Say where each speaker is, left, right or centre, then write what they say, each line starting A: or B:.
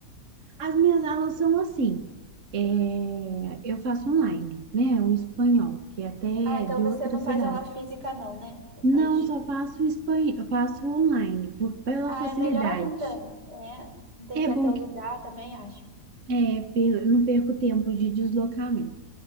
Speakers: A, on the right; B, on the right.
A: As minhas aulas são assim. é, eu faço online, né? O espanhol, que é até
B: Ah, então
A: é de
B: você
A: outra
B: não
A: cidade.
B: faz aula física, não, né? Você
A: Não,
B: faz.
A: só faço espanhol, faço online, por, pela
B: Ah,
A: facilidade.
B: é melhor ainda. É, não tem
A: É
B: que ir até
A: bom
B: o
A: que
B: lugar, eu também acho.
A: é, per- eu não perco tempo de deslocamento.